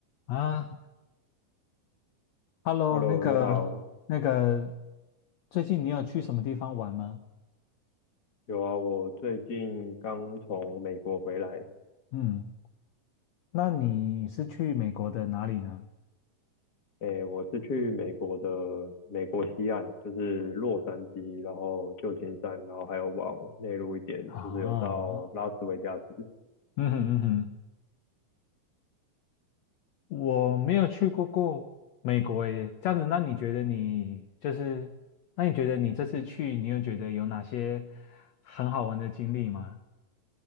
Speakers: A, on the left; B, on the left.
A: 啊，Hello，
B: Hello，
A: 那个那个，
B: 你好。
A: 最近你有去什么地方玩吗？
B: 有啊，我最近刚从美国回来。
A: 嗯，那你是去美国的哪里呢？
B: 诶，我是去美国的美国西岸，就是洛杉矶，然后旧金山，然后还有往内陆一点，
A: 啊，
B: 就是有到拉斯维加斯。
A: <laughs> 嗯哼嗯哼，我没有去过过美国耶。这样子，那你觉得你就是，那你觉得你这次去，你有觉得有哪些很好玩的经历吗？